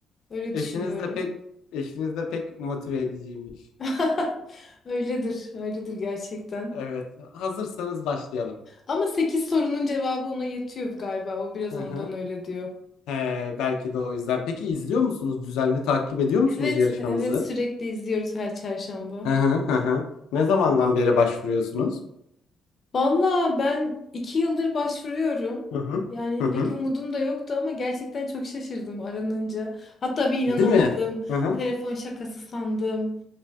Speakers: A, on the left; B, on the left.
A: Öyle
B: Eşiniz
A: düşünüyorum.
B: de pek eşiniz de pek motive ediciymiş.
A: <laughs> Öyledir, öyledir gerçekten.
B: Evet. Hazırsanız başlayalım.
A: Ama 8 sorunun cevabı ona yetiyor galiba. O biraz
B: Hı
A: ondan
B: hı.
A: öyle diyor.
B: He, belki de o yüzden. Peki izliyor musunuz? Düzenli takip ediyor musunuz
A: Evet,
B: yarışmamızı?
A: evet sürekli izliyoruz her çarşamba.
B: Hı hı hı hı. Ne zamandan beri başvuruyorsunuz?
A: Valla ben iki yıldır başvuruyorum.
B: Hı hı.
A: Yani
B: Hı hı.
A: pek umudum da yoktu ama gerçekten çok şaşırdım aranınca. Hatta bir inanamadım.
B: Değil mi? Hı hı.
A: Telefon şakası sandım.